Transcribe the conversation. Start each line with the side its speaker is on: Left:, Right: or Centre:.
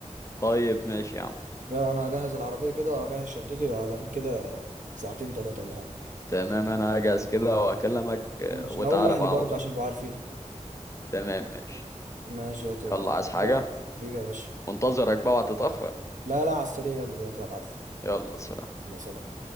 Left: طيب ماشي يا عم
Right: يلا انا هجهز العربيه كده هجهز شنطتي هلاقيك كده ساعتين ثلاثه ولا حاجه
Left: تمام أنا هجهز كده وأكلمك آه،
Right: ماشي
Left: وتعالى
Right: انا اقول لاهلي
Left: بقى
Right: برضه
Left: على طول
Right: عشان يبقوا عارفين
Left: تمام ماشي
Right: ماشي يا توماس
Left: يلا عايز حاجة
Right: تمام. حبيبي يا باشا
Left: منتظرك بقى وهتتأخر
Right: لا لا على السريع يلا دلوقتي هبعت لك
Left: يلا سلام
Right: يلا سلام